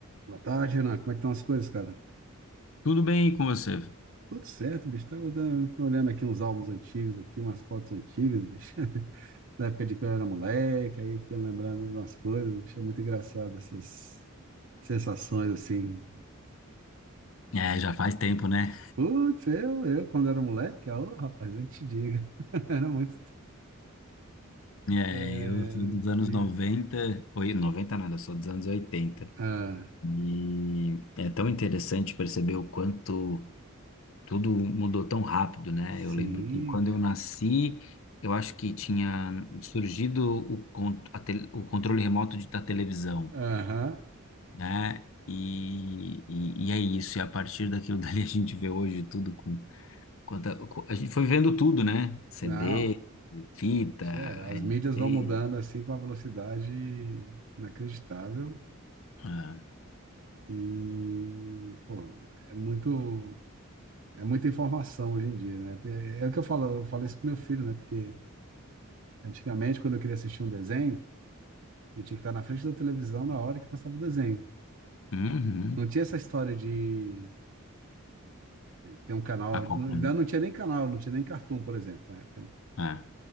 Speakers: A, on the right (about 65°); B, on the left (about 65°).
A: Boa tarde, Renan. Como é que estão as coisas, cara?
B: Tudo bem com você?
A: Tudo certo, bicho. Tava, tava olhando aqui uns álbuns antigos aqui, umas fotos antigas, bicho. <laughs> Da época de que eu era moleque, aí fiquei lembrando das coisas, bicho. É muito engraçado essas sensações assim.
B: É, já faz tempo, né?
A: Putz, eu, eu quando era moleque, ah, ô, rapaz, nem te diga. <laughs> Era muito.
B: É,
A: É,
B: eu sou dos anos
A: que-
B: 90. oi, 90 nada, eu sou dos anos 80.
A: ah,
B: E é tão interessante perceber o quanto tudo mudou tão rápido, né?
A: sim,
B: Eu lembro que quando
A: cara.
B: eu nasci, eu acho que tinha surgido o, con- a tele- o controle remoto de, da televisão,
A: Aham.
B: né? E, e, e é isso, e a partir daquilo <laughs> dali a gente vê hoje tudo com Quanta, co- a gente foi vendo tudo, né? CD,
A: Não.
B: fita,
A: É, as
B: LP.
A: mídias vão mudando assim com uma velocidade inacreditável.
B: Ah,
A: E, pô, é muito, é muita informação hoje em dia, né? É, é o que eu falo, eu falo isso com meu filho, né? Porque antigamente, quando eu queria assistir um desenho, eu tinha que estar na frente da televisão na hora que passava o desenho.
B: uhum.
A: Não tinha essa história de ter um canal,
B: Acompanhando.
A: não- ainda não tinha nem canal, não tinha nem Cartoon, por exemplo, na época, né?
B: É.